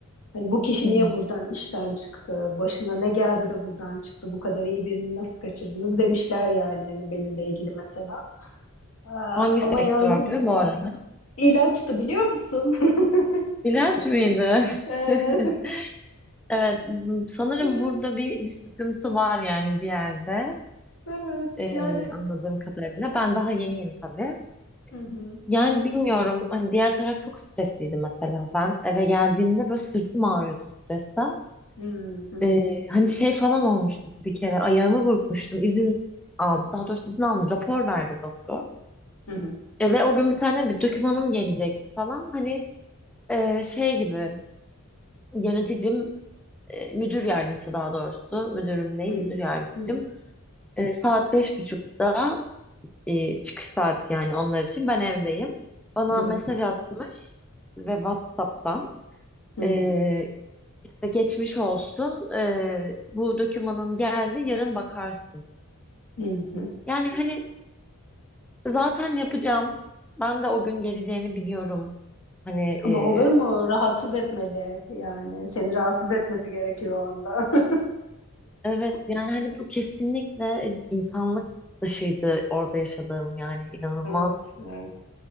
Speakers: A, on the left; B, in the centre.
A: Hani bu kişi
B: Hı hı.
A: niye buradan işten çıktı? Başına ne geldi de buradan çıktı? Bu kadar iyi birini nasıl kaçırdınız demişler yani hani benimle ilgili mesela. Aa,
B: Hangi sektördü
A: ama yani
B: bu arada?
A: ilaçtı biliyor musun? <laughs>
B: İlaç mıydı? <laughs>
A: Ee,
B: Evet, m- sanırım
A: <laughs>
B: burada bir, bir sıkıntı var yani bir yerde
A: Evet
B: Ee,
A: yani
B: anladığım kadarıyla. Ben daha yeniyim tabii.
A: Hı hı.
B: Yani bilmiyorum hani diğer taraf çok stresliydi mesela. Ben eve geldiğimde böyle sırtım ağrıyordu stresten.
A: Hı hı hı.
B: Ee, hani şey falan olmuştu bir kere ayağımı burkmuştum. İzin aldım. Daha doğrusu izin aldım. Rapor verdi doktor.
A: Hı hı.
B: E, ve o gün bir tane bir dokümanım gelecekti falan. Hani e, şey gibi yöneticim e, müdür yardımcısı daha doğrusu müdürüm değil
A: Hı hı.
B: müdür yardımcım
A: Hı hı.
B: E, saat beş buçukta e, çıkış saati yani onlar için ben evdeyim bana
A: Hı hı.
B: mesaj atmış ve WhatsApp'tan
A: Hı hı.
B: e, işte geçmiş olsun e, bu dokümanın geldi yarın bakarsın
A: Hı
B: yani hani zaten yapacağım ben de o gün geleceğini biliyorum hani e,
A: Ama olur mu? Rahatsız etmeli yani. Seni rahatsız etmesi gerekiyor o anda. <laughs>
B: evet yani hani bu kesinlikle insanlık dışıydı orada yaşadığım yani inanılmaz
A: Evet, evet.